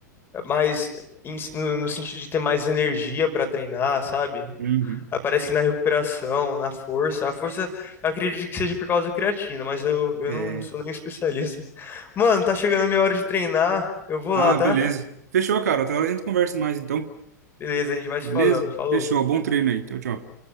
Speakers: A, on the left; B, on the right.
A: mais em- si, no, no sentido de ter mais energia para treinar, sabe?
B: Uhum.
A: Aparece na recuperação, na força. A força, eu acredito que seja por causa da creatina, mas eu, eu
B: É.
A: não sou nenhum <laughs> especialista. Mano, tá chegando a minha hora de treinar. Eu vou
B: Ah,
A: lá, tá?
B: beleza. Fechou, cara. Outra hora a gente conversa mais, então.
A: Beleza, a gente vai
B: Beleza?
A: se falando. Falou.
B: Fechou. Bom treino aí. Tchau, tchau.